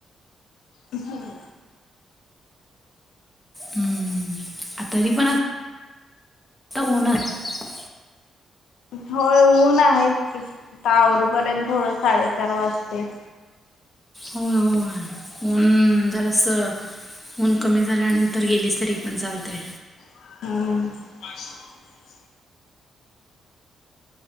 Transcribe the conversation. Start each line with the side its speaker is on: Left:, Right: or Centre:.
Left: हम्म.
Centre: हम्म. आ तरी पण आ आता उन्हात
Left: होय ऊन आहेच की आता आवरोपर्यंत थोडं साडेचार वाजतेत.
Centre: होय, होय ऊन जरास ऊन कमी झाल्यानंतर गेलीस तरी पण चालतय.
Left: हो.